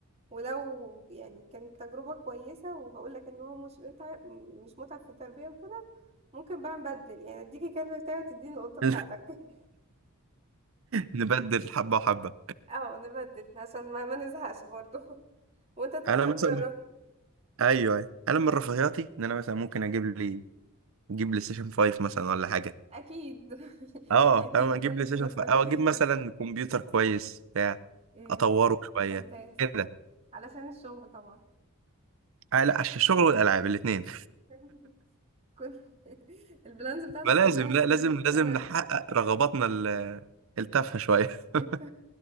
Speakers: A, on the right; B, on the right.
A: ولو يعني كانت تجربة كويسة وهقول لك ان هو مش متعب مش متعب في التربية وكده ممكن بقى نبدل يعني اديكي كلب بتاعي وتديني القطة بتاعتك
B: <laughs>
A: <laughs>
B: نبدل حبة وحبة
A: اه نبدل عشان ما ما نزهقش برضو <laughs> وانت تبقى
B: انا مثلا
A: جربت
B: ايوه أيوة. انا من رفاهياتي ان انا مثلا ممكن اجيب لي اجيب لي سيشن 5 مثلا ولا حاجة
A: اكيد <laughs>
B: اه
A: اكيد
B: فاهم اجيب
A: ده اللي
B: لي
A: بتفكر
B: سيشن 5
A: فيه
B: او اجيب مثلا كمبيوتر كويس بتاع
A: <laughs> امم
B: اطوره شوية
A: ممتاز
B: كده
A: علشان الشغل طبعا
B: آه لا عشان الشغل والالعاب الاثنين
A: <laughs> كل <laughs> البلانز بتاعتك
B: ما لازم
A: كلها
B: لا
A: في
B: لازم
A: ال...
B: لازم
A: في الالعاب
B: نحقق رغباتنا ال- التافهة شوية <laughs>
A: انت